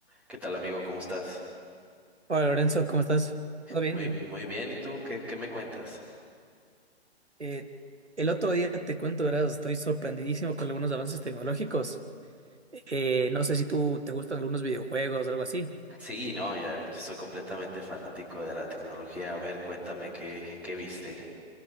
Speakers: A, in the centre; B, on the right.
A: ¿Qué tal, amigo? ¿Cómo estás?
B: Hola Lorenzo, ¿cómo estás? ¿Todo bien?
A: Muy,
B: yo?
A: muy bien. ¿Y tú qué, qué me cuentas?
B: Eh, el otro día te cuento, ¿verdad? Estoy sorprendidísimo con algunos avances tecnológicos. Eh, no sé si tú te gustan algunos videojuegos o algo así.
A: Sí, no, ya soy completamente fanático de la tecnología. A ver, cuéntame qué, qué viste.